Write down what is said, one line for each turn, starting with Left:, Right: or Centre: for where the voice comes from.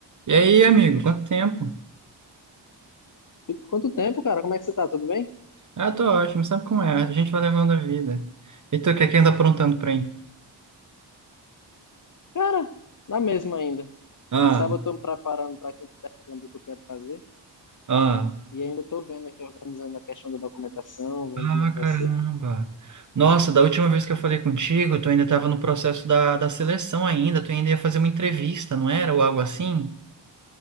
Right: E aí, amigo, quanto tempo?
Left: E Quanto tempo, cara? Como é que você tá? Tudo bem?
Right: Ah, tô ótimo, sabe como é? A gente vai levando a vida. E tu, o que é que anda aprontando pra mim?
Left: Cara, na mesma ainda.
Right: Ah,
Left: Você sabe, eu tô me preparando para aquele intercâmbio que eu quero fazer
Right: ah,
Left: e ainda tô vendo aqui, organizando a questão da documentação, vendo
Right: ah,
Left: como é que vai
Right: caramba.
Left: ser.
Right: Nossa, da última vez que eu falei contigo, tu ainda tava no processo da, da seleção ainda, tu ainda ia fazer uma entrevista, não era? Ou algo assim?